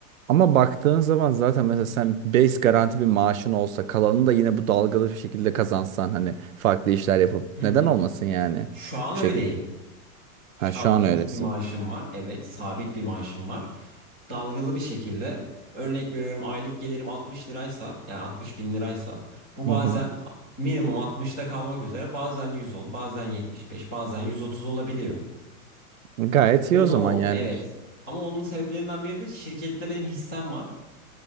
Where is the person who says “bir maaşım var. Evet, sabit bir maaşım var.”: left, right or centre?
Centre